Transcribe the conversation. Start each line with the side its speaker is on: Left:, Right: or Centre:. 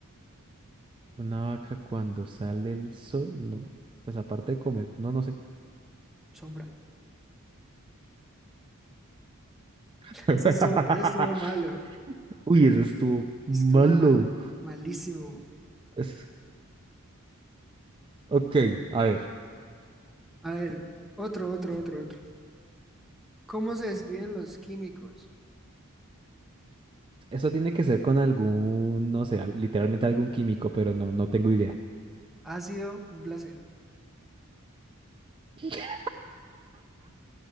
Right: Una vaca cuando sale el sol, no. Pues aparte de comer, no, no sé.
Centre: Sombra.
Right: <laughs>
Centre: Ese estuvo, ese estuvo malo.
Right: Uy, ese estuvo malo.
Centre: Estuvo malo. Malísimo.
Right: Es- Ok, a ver.
Centre: A ver, otro, otro, otro, otro. ¿Cómo se despiden los químicos?
Right: Eso tiene que ser con algún, no sé, al- literalmente algún químico, pero no, no tengo idea.
Centre: Ha sido un placer.
Right: <laughs>